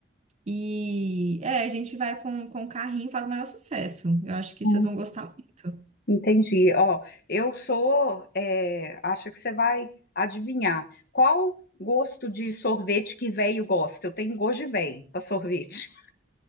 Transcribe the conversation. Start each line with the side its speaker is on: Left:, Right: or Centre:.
Right: E é, a gente vai com, com o carrinho e faz o maior sucesso. Eu acho que
Left: uhum.
Right: vocês vão gostar muito.
Left: Entendi. Ó, eu sou, é, acho que você vai adivinhar. Qual gosto de sorvete que véio gosta? Eu tenho gosto de véio para sorvete.